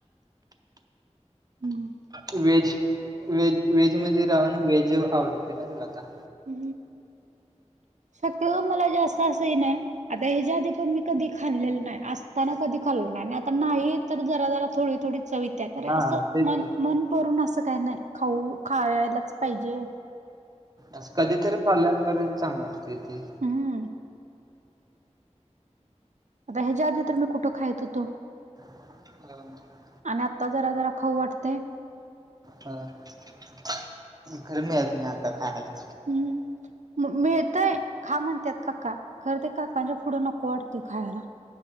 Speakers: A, on the right; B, on the right.
A: म!
B: व्हेज वेज वेज मध्ये रावा ना व्हेज अ आवडते ना तुला आता.
A: ऊ! शक्यतो मला जास्त असं हे नाही. आता ह्याच्या आधी तुम्ही कधी खाल्लेलं नाय, असताना कधी खाल्ल नाही, आता नाही तर जरा जरा थोडी थोडी. चव येत्या करे
B: हा
A: असं
B: तेच
A: मन
B: की
A: मन भरून असं काही नाही, खाऊ खायलाच पाहिजे
B: असं कधीतरी खाल्या तरी चांगल असतय ते.
A: हं! आता हेज्या आधी तर मी कुठं खायीत हुतो.
B: <unintelligible>
A: आनी आत्ता जरा जरा खाऊ वाटतय.
B: हं खरं मिळत नाही आता खायांला.
A: हू! म-मिळतय खा म्हणत्यात काका, खरं ते काकांच्या पुढं नको वाटतय खायाला.